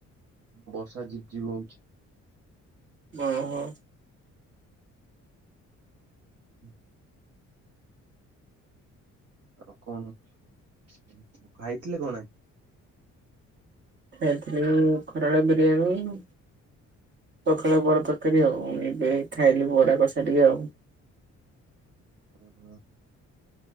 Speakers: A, on the right; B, on the right.
A: ବର୍ଷା ଝିପ୍ ଝିପ୍ ହୋ।
B: ଓହୋ।
A: ହୁଁ। ଆଉ କଣ? କଣ ଖାଇଥିଲେ କଣ ଆ
B: ଖାଇଥିଲୁ ଖରାବେଳେ ବିରିୟାନୀ ସଖାଳେ ବରା ତରକାରୀ ଆଉ। ଏବେ ଖାଇଲୁ ବରା କସା ଟିକେ ଆଉ।
A: ଓହୋ।